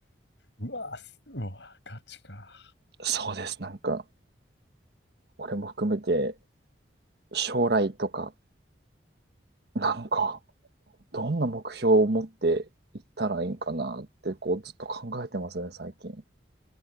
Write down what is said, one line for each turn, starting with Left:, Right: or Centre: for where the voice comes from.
Left: ごい。うわーうわー、ガチか。
Right: そうです、なんか、俺も含めて将来とか、なんか、どんな目標を持っていったらいいんかなって、こう、ずっと考えてますね、最近。